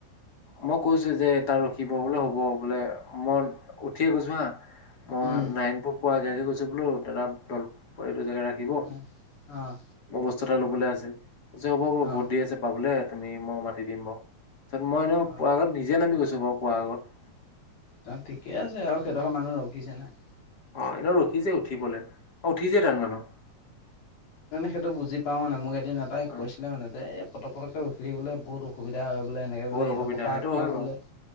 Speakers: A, on the left; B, on the left.
A: মই কৈছো যে তাত ৰখিব বোলে হ'ব বোলে মই উঠিয়ে কৈছো হা। মই
B: উম,
A: নাৰায়নপুৰ পুৱ আগে আগে কৈছো বোলো দা দলপ এইটো জেগা ৰাখি দিব
B: অ', অ',
A: মই বস্তু এটা লবলৈ আছে হ'ব হ'ব
B: অ',
A: বহুত দি আছে পাবলৈ তুমি মই মাতি দিম বাৰু তাৰপিছত মই ন
B: অ'।
A: পোৱা আগত নিজে নামি গৈছো বাৰু কোৱা আগত।
B: ত' ঠিকে আছে আৰু সেইডোখৰত মানুহ ৰখিছে ন।
A: অ', এনে ৰখিছে উঠিবলৈ অ', উঠিছে তাত মানুহ।
B: সেইটো বুজি পাওঁ মানে, মোক এদিন এটাই
A: অ
B: কৈছিলে মানে যে এই পটক পটকে উথি থাকবলে ব সুবিধা হয় বোলে, এনেকৈ
A: বহুত
B: বোলে
A: অসুবিধা
B: এইটো পৰা
A: সেইটো
B: আকৌ
A: হয় বাৰু
B: বোলে